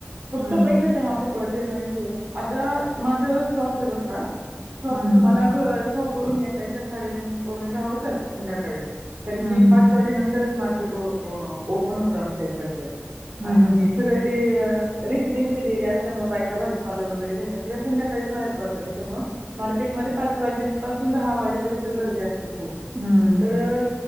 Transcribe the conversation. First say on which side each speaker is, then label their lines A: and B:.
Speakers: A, on the right; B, on the right.
A: फक्त
B: हम्म
A: पैसाच्या माग पडते माहि आता माझं शॉप आहे बर का शॉप
B: हम्म
A: मला घर शॅप वरुणी येता येता साडेनऊ पवणे दहा होतात संध्याकाळी कारण
B: हम्म
A: की पाच वाजे नंतरच मार्केट ओपन होत आमच्या इकडचं
B: हम्म
A: आणि
B: हम्म हम्म
A: सगळं ते रेसिडनस रया असल्यामुळे बायका भाजीपाला वगैरे घ्यायला सगळ्या संध्याकाळीच बाहेर पडता त्यामुळे मार्केटमध्ये पाच वाजे पासून दहा वाजेपर्यंत गर्दी असत खूप
B: हम्म
A: तर